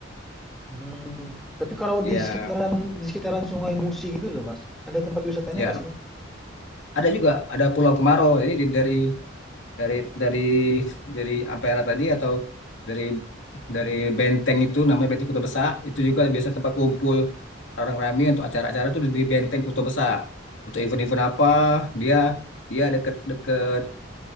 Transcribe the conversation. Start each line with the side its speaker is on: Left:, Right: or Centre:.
Centre: hmm tapi kalau di
Left: Ya,
Centre: sekitaran di sekitaran Sungai Musi gitu tuh, Mas, ada tempat wisatanya
Left: ya.
Centre: nggak sih, Mas?
Left: Ada juga ada Pulau Kemarau. Jadi di- dari dari dari dari Ampera tadi atau dari dari benteng itu namanya benteng Kuto Besa itu juga biasa tempat kumpul orang ramai untuk acara-acara itu di di benteng Kuto Besa untuk event-event apa dia dia deket deket